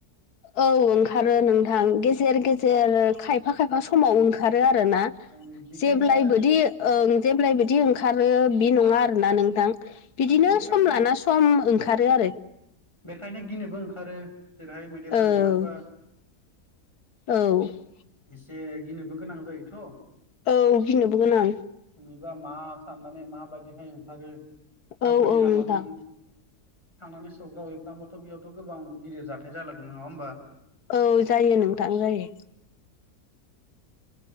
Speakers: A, on the left; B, on the left.
A: औ ओंखारो नोंथां गेजेर-गेजेर खायफा-खायफा समाव ओंखारो आरो ना।
B: ओं बेखायनो
A: जेब्लायबोदि ओं जेब्लायबोदि ओंखारो बि नङा आरोना नोंथां। बिदिनो
B: माने बेखायनो
A: सम लाना सम ओंखारो आरो।
B: बेखायनो गिनोबो ओंखारो जेरैहाय मैदाइफोर
A: औ
B: ओंखारबा
A: औ
B: एसे गिनोबो गोनां जायोथ'
A: औ गिनोबो गोनां
B: बिबा मा साननानै माबायदिहाय ओंखारो गाव
A: औ
B: गावनि
A: औ
B: लामाजों
A: नोंथां
B: थांनानै सौग्राव हैैफ्लांबाथ' बेयावथ' गोबां गिदिर जाथाय जालागोन नङा होमबा
A: औ जायो नोंथां जायो